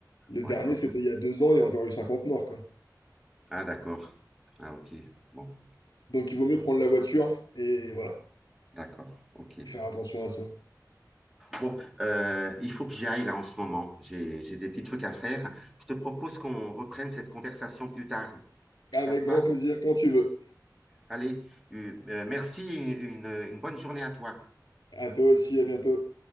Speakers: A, on the left (about 80°); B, in the centre.
A: Le
B: ouais,
A: dernier,
B: ok.
A: c'était il y a deux ans, il y a encore eu 50 morts, quoi.
B: Ah, d'accord. Ah, ok. Bon,
A: Donc il vaut mieux prendre la voiture et voilà,
B: d'accord, ok.
A: faire attention à soi.
B: Bon, euh, il faut que j'y aille là en ce moment. J'ai, j'ai des petits trucs à faire. Je te propose qu'on reprenne cette conversation plus tard.
A: Avec
B: Ça te va?
A: grand plaisir quand tu veux.
B: Allez, euh, euh, merci et une une bonne journée à toi.
A: À toi aussi, à bientôt.